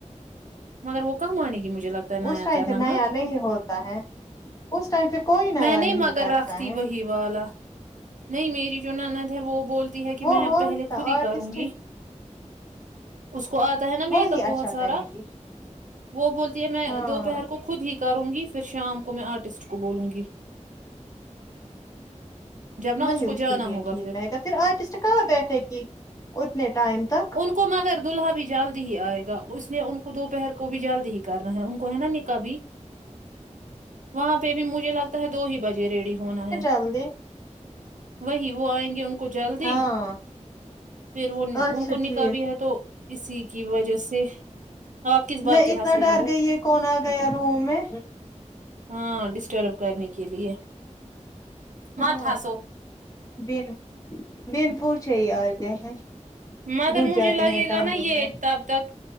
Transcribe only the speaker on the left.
اس ٹائم
پھر
نیا نہیں ہوتا ہے اس ٹائم پھر کوئی نیا
نہیں
کرتا
ہے
وہ
ہوتا
آرٹسٹ
وہی اچھا
کرے گی
ہاں
وہی
اس
کے لیے
ٹھیک رہے گا پھر آرٹسٹ کہاں بیٹھے گی اتنے ٹائم تک
ہلدی
ہاں
اچھا
ٹھیک
میں
اتنا
ڈر
گئی ہے کون آ گیا روم میں
ہاں
بن بن پوچھے ہی آتے ہیں
گھس
جاتے
ہیں کمروں
میں